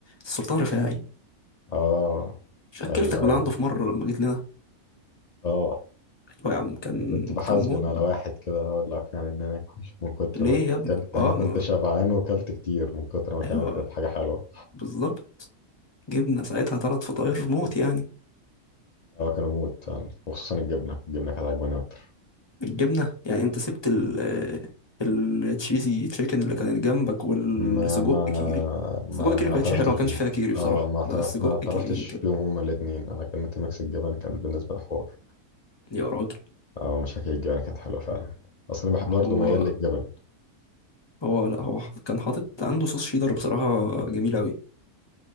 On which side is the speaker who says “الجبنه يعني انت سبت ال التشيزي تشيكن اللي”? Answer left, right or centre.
Left